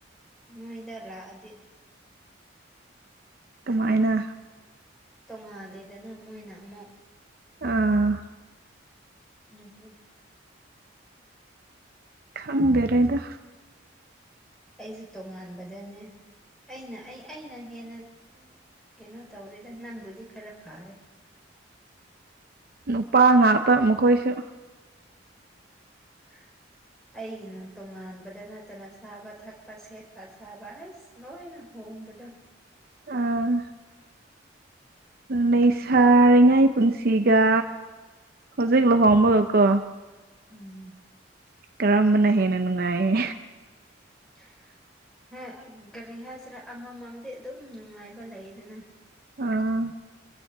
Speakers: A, in the centre; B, on the right.
A: ꯅꯣꯏꯗ ꯂꯥꯛꯑꯗꯤ
B: ꯀꯃꯥꯏꯅ
A: ꯇꯣꯉꯥꯜꯂꯦꯗꯅ ꯃꯣꯏꯅ ꯑꯃꯨꯛ
B: ꯑꯥ
A: ꯑꯗꯨꯒꯤ
B: ꯈꯪꯗꯔꯦꯗ
A: ꯑꯩꯁꯨ ꯇꯣꯉꯥꯟꯕꯗꯅꯦ ꯑꯩꯅ ꯑꯩ ꯑꯩꯅ ꯍꯦꯟꯅ ꯀꯩꯅꯣ ꯇꯧꯔꯦꯗ ꯅꯪꯕꯨꯗꯤ ꯈꯔꯥ ꯐꯥꯔꯦ
B: ꯅꯨꯄꯥ ꯉꯥꯛꯇ ꯃꯈꯣꯏꯁꯨ
A: <inaudible> ꯑꯩꯒꯤꯅ ꯇꯣꯉꯥꯟꯕꯗ ꯅꯠꯇꯅ ꯆꯥꯕ ꯊꯛꯄ ꯁꯦꯠꯄ ꯆꯥꯕ ꯑꯁ ꯂꯣꯏꯅ ꯍꯨ ꯎꯝꯕꯗꯣ
B: ꯑꯥ ꯂꯩꯁꯥꯔꯤꯉꯥꯏ ꯄꯨꯟꯁꯤ ꯀ ꯍꯧꯖꯤꯛ ꯂꯨꯍꯣꯡꯕꯒꯀꯣ
A: ꯎꯝ
B: ꯀꯔꯝꯕꯅ ꯍꯦꯟꯅ ꯅꯨꯡꯉꯥꯏꯌꯦ
A: <inaudible> ꯍ ꯒꯥꯔꯤ ꯍꯥꯏꯁꯤꯔꯥ ꯑꯃꯃꯝꯗꯤ ꯑꯗꯨꯝ ꯅꯨꯡꯉꯥꯏꯕ ꯂꯩꯌꯦꯗꯅ
B: ꯑꯥ